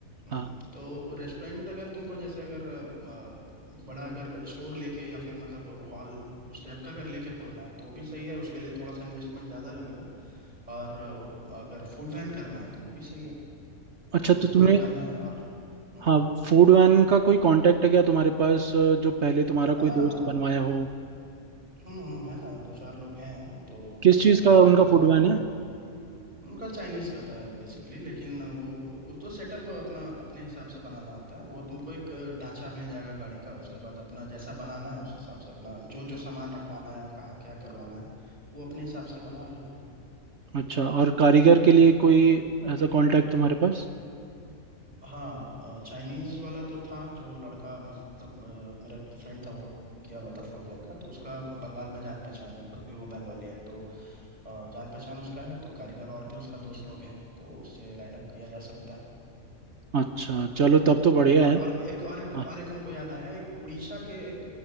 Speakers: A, on the right; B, on the right.
A: हम्म,
B: हाँ
A: तो रेस्टोरेंट अगर तुमको जैसे अगर अ, अ, बड़ा अगर स्टोर लेके या फिर मतलब हॉल उस टाइप का अगर लेके खोलना है तो भी सही है उसके लिए थोड़ा सा इन्वेस्टमेंट ज्यादा लगेगा और अ, अगर फूड वैन करना है तो वो भी सही है
B: अच्छा
A: इन्वेस्टमेंट
B: तो तुमने
A: कम है और हम्म
B: हाँ
A: हम्म
B: फूड वैन का कोई कांटेक्ट है क्या तुम्हारे पास अ, जो पहले तुम्हारा
A: हाँ
B: कोई दोस्त बनवाया हो
A: हम्म हम्म है ना दो चार लोग हैं तो
B: किस चीज़
A: मैं बात
B: का उनका
A: करवाता
B: फूड
A: हूँ उनसे।
B: वैन है
A: उनका चाइनीज का था बेसिकली लेकिन वो उस तो सेटअप अपना अपने हिसाब से बनाना होता है वो तुमको एक ढांचा मिल जाएगा गाड़ी का उसके बाद अपना जैसा बनाना है उस हिसाब से अपना जो जो सामान रखवाना है कहाँ क्या करवाना है वो अपने हिसाब से बनवा लेना
B: अच्छा और कारीगर के लिए कोई ऐसा कांटेक्ट तुम्हारे पास
A: हाँ चाइनीज वाला तो था जो लड़का मतलब अ, मेरा एक फ्रेंड था वो किया हुआ था फूड वैन का तो उसका बंगाल में जान पहचान है खुद भी वो बंगाली है तो अ, जान पहचान उसका है तो कारीगर और भी उसका दोस्त लोग हैं तो उससे लाइनअप किया जा सकता है
B: अच्छा चलो तब तो बढ़िया
A: और
B: है
A: और एक और एक
B: हाँ,
A: और एक हमको याद आया एक उड़ीसा के एक